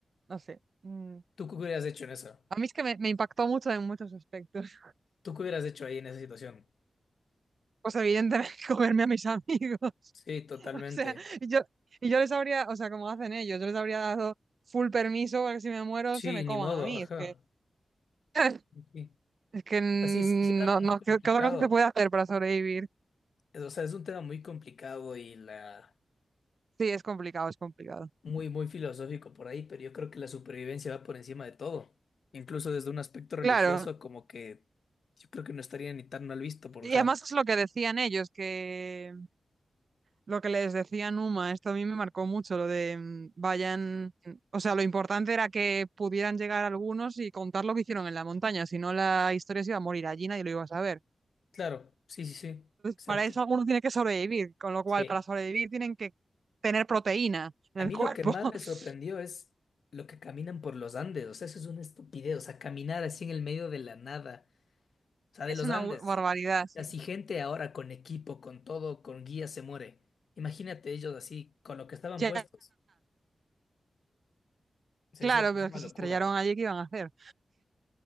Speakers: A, on the right; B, on the left.
A: no sé. mm.
B: ¿Tú qué hubieras hecho en esa?
A: A mí es que me, me impactó mucho en muchos aspectos. <laughs>
B: ¿Tú qué hubieras hecho ahí en esa situación?
A: Pues evidentemente comerme a mis amigos.
B: Sí, totalmente.
A: <laughs> O sea, y yo, y yo les habría, o sea, como hacen ellos, yo les habría dado full permiso para que si me muero
B: Sí,
A: se me
B: ni
A: coman
B: modo,
A: a mí.
B: ajá.
A: Es que, <laughs> <clears throat>
B: Sí.
A: es que no,
B: Así es, sí sí, sí es algo
A: no,
B: muy complicado.
A: ¿qué, qué otra cosa se puede hacer para sobrevivir?
B: Es- O sea, es un tema muy complicado y la
A: Sí, es complicado, es complicado.
B: muy, muy filosófico por ahí, pero yo creo que la supervivencia va por encima de todo. Incluso desde un aspecto religioso,
A: Claro.
B: como que yo creo que no estaría ni tan mal visto, por,
A: Y
B: o sea,
A: además es lo que decían ellos, que lo que les decía Numa, esto a mí me marcó mucho, lo de mm, vayan, o sea, lo importante era que pudieran llegar algunos y contar lo que hicieron en la montaña, si no la historia se iba a morir allí, nadie lo iba a saber.
B: Claro, sí, sí, sí, exacto.
A: Para eso alguno tiene que sobrevivir, con lo cual
B: Sí.
A: para sobrevivir tienen que tener proteína en
B: A
A: el
B: mí
A: cuerpo.
B: lo que más
A: <laughs>
B: me sorprendió es lo que caminan por los Andes. O sea, eso es una estupidez. O sea, caminar así en el medio de la nada. O sea, de
A: Es
B: los
A: una
B: Andes.
A: bu- barbaridad, sí.
B: Así gente ahora con equipo, con todo, con guía se muere. Imagínate ellos así, con lo que estaban
A: Ya,
B: puestos. O sea,
A: claro,
B: eso es
A: pero
B: una
A: es que
B: locura.
A: se estrellaron
B: bro.
A: allí, ¿qué iban a hacer?